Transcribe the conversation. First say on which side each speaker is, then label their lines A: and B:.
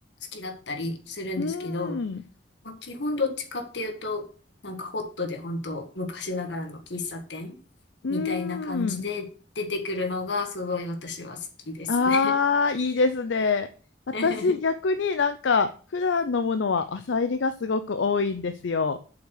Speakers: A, on the left; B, on the left.
A: きだったりするんですけど、
B: うん。
A: まあ、基本どっちかっていうと、なんかホットで本当昔ながらの喫茶店
B: うん。
A: みたいな感じで出てくるのがすごい私は好きですね
B: ああ、いいですね。私、
A: <laughs>
B: 逆になんか、普段飲むのは朝入りがすごく多いんですよ。